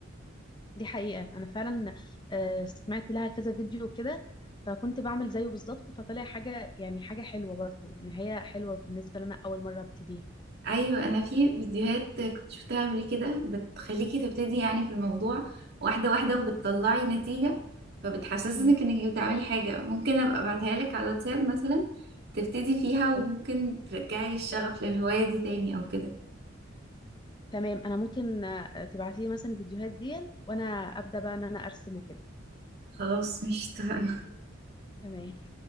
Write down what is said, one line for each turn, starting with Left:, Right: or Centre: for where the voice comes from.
Left: دي حقيقه انا فعلا آه، سمعت لها كذا فيديو كده فكنت بعمل زيه بالظبط فطلع حاجه يعني حاجه حلوه برضو نهايه حلوه بالنسبه لنا اول مره ابتديها
Right: ايوه انا في فيديوهات كنت شفتها قبل كده بتخليكي تبتدي يعني في الموضوع واحده واحده وبتطلعي نتيجه فبتحسسك
Left: مم.
Right: انك بتعملي حاجه ممكن ابقى ابعتها لك على الواتساب مثلا تبتدي فيها وممكن
Left: تم-
Right: ترجعي الشغف للهوايه دي تاني او كده
Left: تمام انا ممكن آه، تبعتي لي مثلا الفيديوهات دي وانا ابدا بقى ان انا ارسم وكده
Right: خلاص مش اتفقنا
Left: تمام